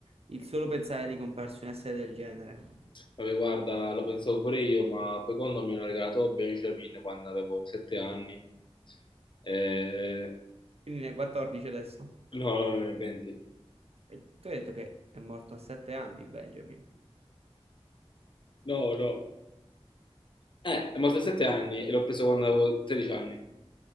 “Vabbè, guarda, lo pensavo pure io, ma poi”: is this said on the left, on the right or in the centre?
Left